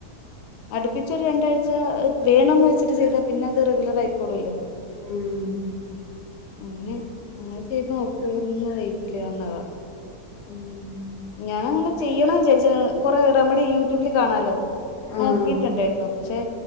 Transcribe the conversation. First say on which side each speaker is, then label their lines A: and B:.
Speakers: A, on the left (about 65°); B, on the left (about 85°).
A: അടുപ്പിച്ചരു രണ്ടാഴചവേണന്ന് വെച്ചിട്ട് ചെയ്താ പിന്നെ അത് റെഗുലർ ആയിക്കോളൂല്ലോ
B: ഉം
A: അങ്ങനെ <unintelligible> ഒന്നാവാ
B: ഉം
A: ഞാ അങ്ങനെ ചെയ്യണംന്ന് ചാരിച്ച കൊറെ റെമഡി യൂട്യൂബിൽ കാണാലോ
B: ഉം
A: നോക്കിട്ണ്ടായിന്നു പക്ഷേ